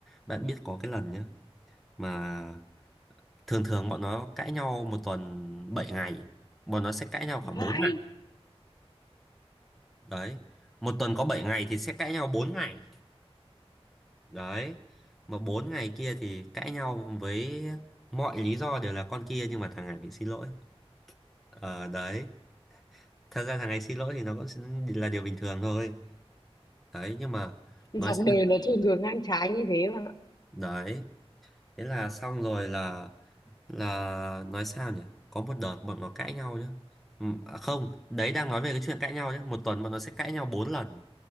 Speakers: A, in the centre; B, on the left.
A: bạn biết có cái lần nhá mà thường thường bọn nó cãi nhau một tuần 7 ngày bọn nó sẽ cãi nhau khoảng
B: vãi
A: 4 ngày đấy một tuần có 7 ngày thì sẽ cãi nhau 4 ngày đấy mà 4 ngày kia thì cãi nhau với mọi lý do đều là con kia nhưng mà thằng này phải xin lỗi ờ đấy thật ra thằng này xin lỗi thì nó cũng là điều bình thường thôi đấy nhưng mà
B: dòng
A: nói sao
B: đời
A: nhỉ?
B: nó thường thường ngang trái như thế mà
A: đấy thế là xong rồi là là nói sao nhỉ có một đợt bọn nó cãi nhau nhá Ừm, à không đấy đang nói về cái chuyện cãi nhau nhá một tuần bọn nó sẽ cãi nhau 4 lần